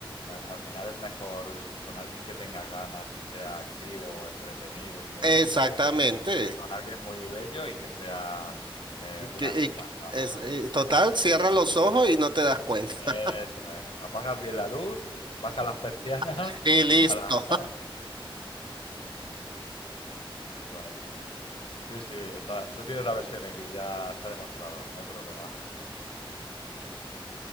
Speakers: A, on the left (about 75°); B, on the right (about 55°).
A: al final es mejor con alguien que tenga ganas y sea activo, entretenido y divertido
B: Exactamente.
A: que, que con alguien muy bello y que sea eh,
B: Y que-
A: una tumba.
B: y que-
A: No,
B: es-
A: no, no,
B: y
A: está
B: total,
A: claro que...
B: cierra los ojos y no te das cuenta.
A: Eso es, apagas bien la luz, baja las persianas
B: <laughs> Y
A: <laughs>
B: listo.
A: y ala. Bueno, sí, sí, está, tú tienes la versión X, ya se ha demostrado, no hay problema.